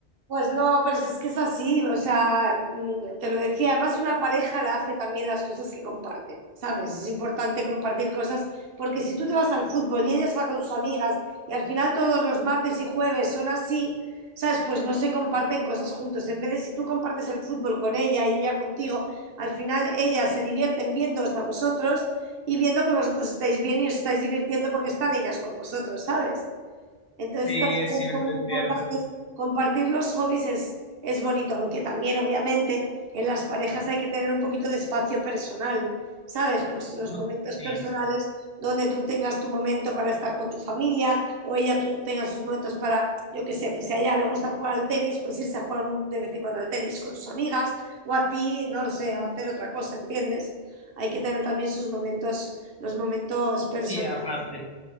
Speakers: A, on the right; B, on the left.
A: Pues no, pero si es que es así, o sea, mm, te lo decía, además una pareja la hace también las cosas que comparte, ¿sabes? Es importante compartir cosas, porque si tú te vas al fútbol y ellas va con sus amigas y al final todos los martes y jueves son así, ¿sabes? Pues no se comparten cosas juntos. En vez de si tú compartes el fútbol con ella y ella contigo, al final ellas se divierten viéndoos a vosotros y viendo que vosotros estáis bien y os estáis divirtiendo porque están ellas con vosotros, ¿sabes? Entonces,
B: Sí,
A: estas
B: es
A: cosas
B: cierto,
A: son muy
B: es
A: importantes.
B: cierto.
A: Compartir los hobbies es, es bonito, aunque también, obviamente, en las parejas hay que tener un poquito de espacio personal, ¿sabes? Pues los
B: No,
A: momentos
B: sí,
A: personales donde tú tengas tu momento para estar con tu familia o ella tú tenga sus momentos para, yo qué sé, pues si a ella le gusta jugar al tenis, pues irse a jugar un- de vez en cuando al tenis con sus amigas o a ti, no lo sé, a hacer otra cosa, ¿entiendes? Hay que tener también sus momentos, los momentos personales.
B: sí, aparte.